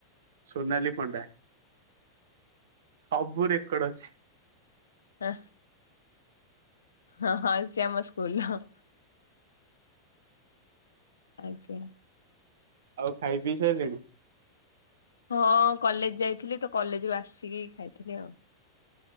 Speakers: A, on the right; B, on the left.
A: ସୋନାଲି ପଣ୍ଡା ସବୁ ରେକର୍ଡ ଅଛି।
B: ହ ହଁ ହଁ ସେ ଆମ ସ୍କୁଲ ର। ଆଜ୍ଞା।
A: ଆଉ ଖାଇ ପିଇ ସାଇଲେଣି?
B: ହଁ କଲେଜ ଯାଇଥିଲି ତ କଲେଜରୁୁ ଆସିକି ଖାଇଥିଲି ଆଉ।